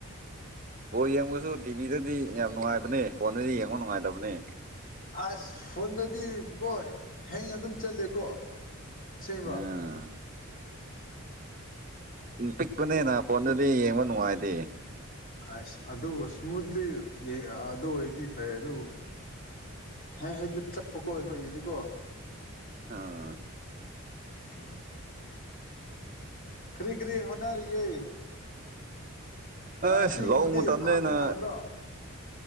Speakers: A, on the right (about 35°); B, on the left (about 40°).
A: ꯕ ꯌꯦꯡꯕꯁꯨ ꯇꯤꯚꯤꯗꯗꯤ ꯌꯥꯝ ꯅꯨꯡꯉꯥꯏꯕꯅꯦ ꯐꯣꯟꯗꯗꯤ ꯌꯦꯡꯕ ꯅꯨꯡꯉꯥꯏꯇꯕꯅꯦ
B: ꯑꯁ ꯐꯣꯟꯗꯗꯤ ꯀꯣ ꯍꯦꯡ ꯑꯗꯨꯝ ꯆꯠꯂꯦꯀꯣ ꯁꯤꯕ
A: ꯑꯥ ꯎꯝ ꯄꯤꯛꯄꯅꯦꯅ ꯐꯣꯟꯗꯨꯗꯤ ꯌꯦꯡꯕ ꯅꯨꯡꯉꯥꯏꯇꯦ
B: ꯑꯁ ꯑꯗꯨꯕꯨ ꯏꯁꯃꯨꯠꯂꯤ ꯑꯗꯨ ꯑꯣꯏꯔꯗꯤ ꯐꯩ ꯑꯗꯨꯕꯨ ꯍꯦ ꯍꯛꯇ ꯆꯠꯄꯀꯣ ꯍꯗꯤꯀꯣ
A: ꯑ
B: ꯎꯝ ꯈꯔꯤ ꯈꯔꯤ ꯍꯅꯔꯤꯌꯦ ꯑ
A: ꯑꯁ
B: ꯑꯁꯤꯒꯨꯝꯕꯗꯤ
A: ꯂꯧ ꯃꯇꯝꯅꯦꯅ
B: ꯍꯥꯡꯒꯅꯨ ꯍꯥꯏꯕ꯭ꯔꯣ